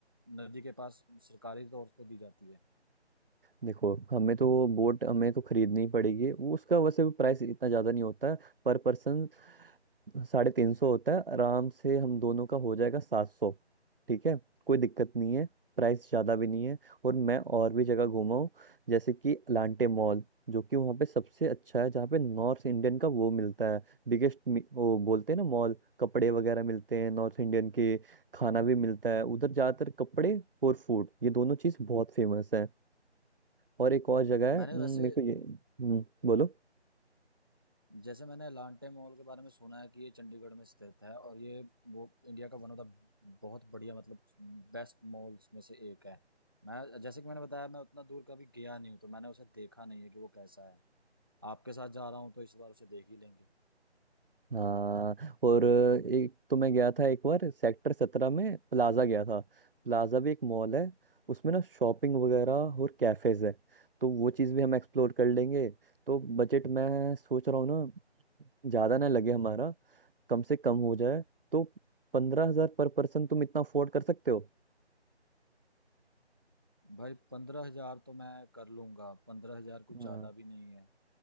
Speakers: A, on the right; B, on the right.
A: नदी के पास सरकारी तौर पे दी जाती है
B: देखो हमें तो बोट हमें तो खरीदनी ही पड़ेगी वो उसका वैसे प्राइस इतना ज़्यादा नहीं होता है पर पर्सन साढ़े तीन सौ होता है आराम से हम दोनों का हो जाएगा सात सौ ठीक है कोई दिक्कत नहीं है प्राइस ज़्यादा भी नहीं है और मैं और भी जगह घूमा हूँ जैसे कि अलांटे मॉल जो कि वहाँ पे सबसे अच्छा है जहाँ पे नॉर्थ इंडियन का वो मिलता है बिगेस्ट वो बोलते हैं ना मॉल कपड़े वगैरह मिलते हैं नॉर्थ इंडियन के खाना भी मिलता है उधर ज़्यादातर कपड़े और फूड ये दोनों चीज़ बहुत फेमस है और एक और जगह है
A: मैंने
B: हम्म,
A: वैसे
B: मेरे को ये हम्म, बोलो
A: जैसे मैंने लांटे मॉल के बारे में सुना है कि ये चंडीगढ़ में स्थित है और ये वो इंडिया का वन ऑफ द बहुत बढ़िया मतलब बेस्ट मॉल्स में से एक है मैं जैसे कि मैंने बताया मैं उतना दूर कभी गया नहीं हूँ तो मैंने उसे देखा नहीं है कि वो कैसा है आपके साथ जा रहा हूँ तो इस बार उसे देख ही लेंगे
B: हाँ और एक तो मैं गया था एक बार सेक्टर सत्रह में प्लाजा गया था प्लाजा भी एक मॉल है उसमें ना शॉपिंग वगैरह और कैफेज है तो वो चीज़ भी हम एक्सप्लोर कर लेंगे तो बजट मैं सोच रहा हूँ ना ज़्यादा ना लगे हमारा कम से कम हो जाए तो पंद्रह हजार पर पर्सन तुम इतना अफोर्ड कर सकते हो
A: भाई पंद्रह हजार तो मैं कर लूंगा पंद्रह हजार कुछ
B: हाँ
A: ज्यादा भी नहीं है